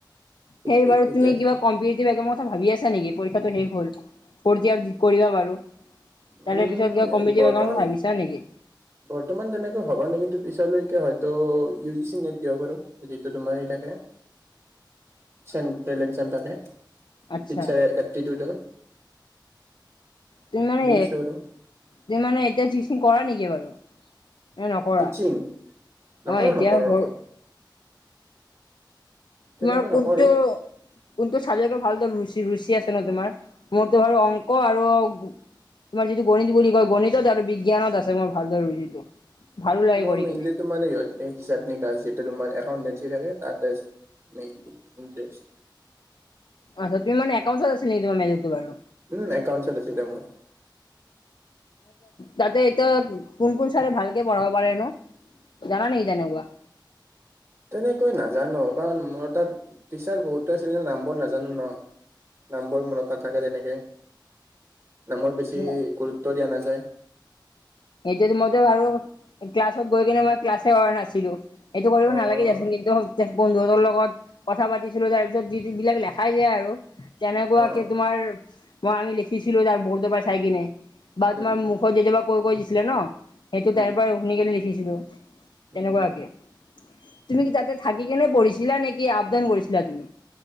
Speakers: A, on the right; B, on the left.
A: ঠিক
B: সেই
A: ঠিক
B: বাৰু
A: ঠিকে
B: তুমি
A: আছে
B: কিবা কম্পিতিতিভ এক্সামত ভাবি আছা নেকি পৰীক্ষাতটো শেষ হ'ল ফৰ্থ ইয়াৰ যি কৰিবা বাৰু।
A: উম,
B: তাৰে পিছত কিবা কমপিটিটিভ
A: বৰ্তমান
B: এক্সাম ভাবিছা নেকি?
A: বৰ্তমান তেনেকৈ হ'ব নেকি কিন্তু পিছলৈকে হয়তো ইউ জি চি নেট দিব পাৰো। যিটো তোমাৰ হেই থাকে চেণ্ট্ৰেল এক্সাম থাকে।
B: আচ্ছা
A: পিকচাৰ এপ্টিটিউডৰ।
B: তুমি মানে
A: আছো আৰু
B: তুমি মানে এতিয়া টিচিং কৰা নেকি বাৰু? নে নকৰা
A: টিচিং নকৰো
B: অ এতিয়া
A: নকৰো নকৰো। তেনেকৈ
B: তোমাৰ কোনটো
A: নকৰো
B: কোনটো চাবজেক্টক ভাল দৰে ৰুচি ৰুচি আছে ন তোমাৰ মোৰতো বাৰু অংক আৰু তোমাৰ যিটো গণিত বুলি কয় গণিতত আৰু বিজ্ঞানত আছে মোৰ ভালদৰে ৰুচিটো।
A: উম,
B: ভালো লাগে
A: মই
B: কৰি
A: মেইনলি
B: কিনে
A: তোমাৰ সহঁতে হিচাপ নিকাচ যিটো তোমাৰ একাউণ্টেন্সী যি থাকে তাতে আছে মেইনলি ইণ্টাৰেষ্ট।
B: আ তুমি মানে একাউন্ছ আছিল নেকি তোমাৰ মেজৰটো বাৰু?
A: উম, একাউণ্টছত আছিলে মোৰ।
B: তাতে এতিয়া কোন কোন চাৰে ভালকে পঢ়াব পাৰেনো জানা নেকি তেনেকুৱা?
A: তেনেকৈ নাজানো কাৰণ মোৰ তাত টিচাৰ বহুতো আছিল কিন্ত নামবোৰ নাজানো ন। নামবোৰ মনত নাথাকে তেনেকে নামৰ বেছি
B: অ
A: গুৰুত্ব দিয়া নাযায়।
B: সটো মইতো বাৰু ক্লাছত গৈ কিনে মই ক্লাছে কৰা নাছিলো। এইটো কৰিব
A: অ',
B: নালাগে দেচোন কিন্তু তে বন্ধুহঁতৰ লগত কথা পাতিছিলোঁ তাৰপিছত যিবিলাক লেখাই যায় আৰু তেনেকুৱাকে
A: অ',
B: তোমাৰ মই আমি লিখিছিলো তাৰ বৰদ'পা চাই কিনে। বা
A: উম,
B: তোমাৰ মুখত যেতিয়াবা কৈ কৈ দিছিলে ন সেইটো
A: উম,
B: তাৰ পৰাই শুনি কেনে লিখিছিলো।
A: উম।
B: তেনেকুৱাকে তুমি তাতে থাকি কেনে পঢ়িছিলা নেকি আপ ডাউন কৰিছিলা তুমি?